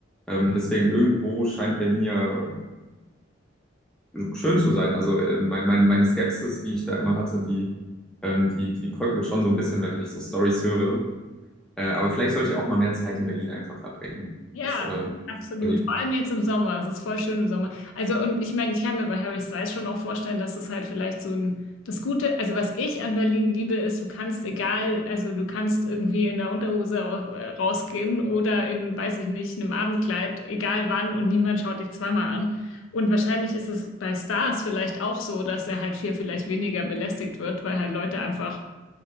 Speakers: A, in the centre; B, on the left.
A: Ähm, deswegen irgendwo scheint Berlin ja schön zu sein. Also äh, mein, mein, meine Skepsis, die ich da immer hatte, die, ähm, die, die bröckelt schon so ein bisschen, wenn ich so Stories höre. Äh, aber vielleicht sollte ich auch mal mehr Zeit in Berlin einfach verbringen.
B: Ja,
A: Das ähm,
B: absolut.
A: irgendwie-
B: Vor allem jetzt im Sommer. Es ist voll schön im Sommer. Also, und ich meine, ich kann mir bei Harry Styles schon auch vorstellen, dass es halt vielleicht so ein, das Gute, also was ich an Berlin liebe, ist, du kannst egal, also du kannst irgendwie in der Unterhose au- äh, rausgehen oder in, weiß ich nicht, einem Abendkleid, egal wann, und niemand schaut dich zweimal an. Und wahrscheinlich ist es bei Stars vielleicht auch so, dass er halt viel, vielleicht weniger belästigt wird, weil halt Leute einfach